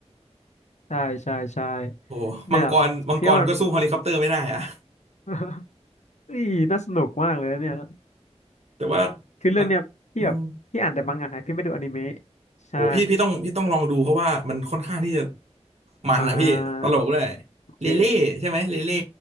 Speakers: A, on the left; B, on the right.
A: ใช่ใช่ใช่
B: โอ้โหมังกรมังกรก็สู้เฮลิคอปเตอร์ไม่ได้อะ
A: เนี่ยคิดว่ามัน
B: <laughs>
A: <laughs> เฮ้ยน่าสนุกมากเลยนะเนี่ย
B: แต่ว่า
A: คือเรื่องเนี้ยที่แบบที่อ่านแต่มังงะพี่ไม่ดูอนิเมะ
B: มันอืม
A: ใช่
B: โอ้พี่พี่ต้องพี่ต้องลองดูเพราะว่ามันค่อนข้างที่จะมันอ่ะพี่ตลกด้วย
A: อ่าโอเค
B: เลเล่ใช่ไหมเลเล่